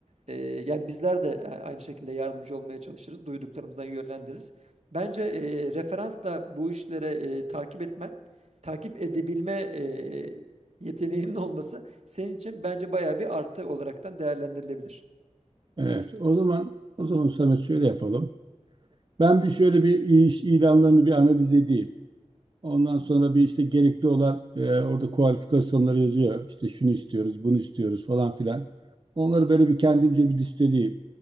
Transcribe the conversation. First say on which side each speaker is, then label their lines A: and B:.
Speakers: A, on the right; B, on the right.
A: Ee, yani bizler de aynı şekilde yardımcı olmaya çalışırız. Duyduklarımızdan yönlendiririz. Bence e, referansla bu işlere e, takip etmen, takip edebilme e, yeteneğinin olması senin için bence bayağı bir artı olaraktan değerlendirilebilir.
B: evet. O zaman o zaman Samet şöyle yapalım. Ben bir şöyle bir iş ilanlarını bir analiz edeyim. Ondan
A: Hı
B: sonra
A: hı.
B: bir işte gerekli olan e, orada kualifikasyonları yazıyor. İşte şunu istiyoruz, bunu istiyoruz falan filan. Onları böyle bir kendimce bir listeleyeyim.